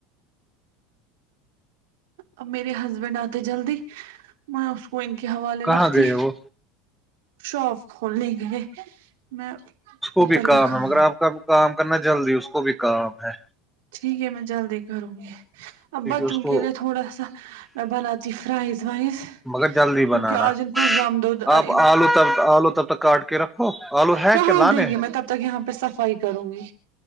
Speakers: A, on the right; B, in the centre.
A: اب میرے ہسبینڈ آتے جلدی میں اس کو ان کے حوالے
B: کہاں
A: رکھتی
B: گئے وہ
A: شاپ کھولنے گ میں
B: اس کو
A: اوپر
B: بھی کام
A: کا کا
B: ہے مگر آپ کا کام کرنا جلدی اس کو بھی کام ہے
A: ٹھیک ہے میں جلدی کروں گی
B: کیونکہ
A: بچوں
B: اس کو
A: کے لے تھوڑا سا بناتی فھرائز وائز
B: مگر جلدی
A: کیونکہ
B: بنانا
A: آج ان کو زامت د ا
B: آپ آلو تب آلو تب تک کاٹ کے رکھو آلو ہے
A: کہاں
B: کہ لانے
A: دیں گے
B: ہیں
A: میں تب تک یہاں پہ صفائی کروں گی